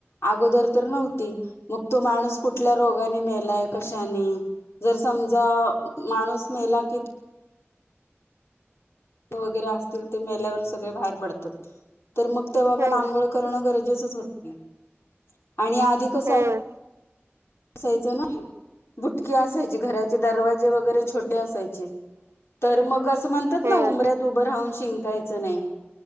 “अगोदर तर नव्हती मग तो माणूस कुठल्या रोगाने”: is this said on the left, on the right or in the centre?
Left